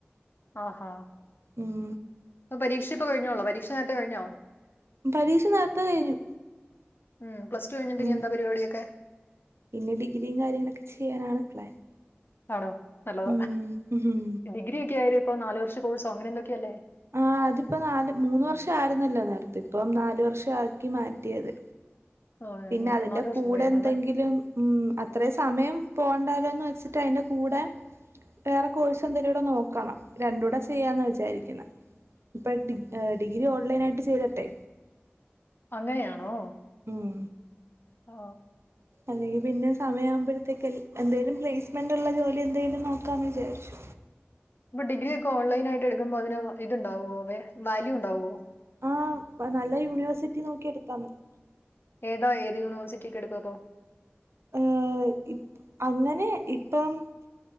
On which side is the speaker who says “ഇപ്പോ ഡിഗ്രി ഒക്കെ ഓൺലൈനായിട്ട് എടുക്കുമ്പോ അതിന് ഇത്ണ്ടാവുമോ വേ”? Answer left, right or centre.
Left